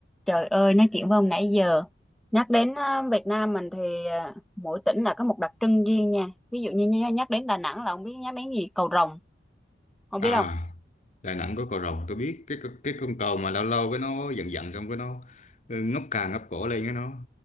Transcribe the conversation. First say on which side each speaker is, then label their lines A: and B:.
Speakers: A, in the centre; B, on the left.
A: Trời ơi, nói chuyện với ông nãy giờ. Nhắc đến ờ, Việt Nam mình thì ờ, mỗi tỉnh là có một đặc trưng riêng nha. Ví dụ như nhá- nhắc đến Đà Nẵng là ông biết nhắc đến gì? Cầu Rồng. Ông
B: À,
A: biết không?
B: Đà Nẵng có cầu rồng tôi biết cái cái con cầu mà lâu lâu cái nó giận giận xong cái nó ừ, ngóc càng ngóc cổ lên cái nó